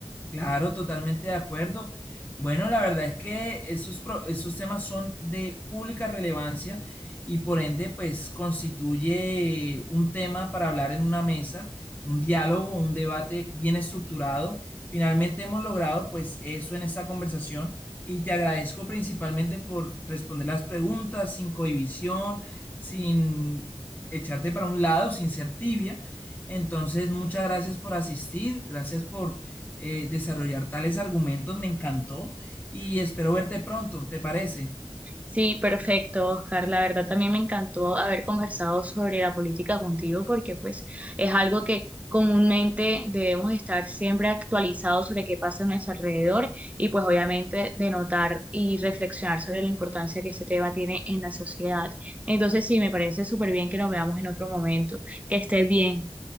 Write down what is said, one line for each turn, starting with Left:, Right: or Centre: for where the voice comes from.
Left: Claro, totalmente de acuerdo. Bueno, la verdad es que esos, pro- esos temas son de pública relevancia y por ende, pues constituye un tema para hablar en una mesa, un diálogo, un debate bien estructurado. Finalmente hemos logrado pues eso en esta conversación y te agradezco principalmente por responder las preguntas sin cohibición, sin echarte para un lado, sin ser tibia. Entonces, muchas gracias por asistir, gracias por eh, desarrollar tales argumentos. Me encantó y espero verte pronto, ¿te parece?
Right: Sí, perfecto, Oscar. La verdad también me encantó haber conversado sobre la política contigo porque pues es algo que comúnmente debemos estar siempre actualizados sobre qué pasa a nuestro alrededor y pues obviamente de notar y reflexionar sobre la importancia que este tema tiene en la sociedad. Entonces sí, me parece súper bien que nos veamos en otro momento. Que estés bien.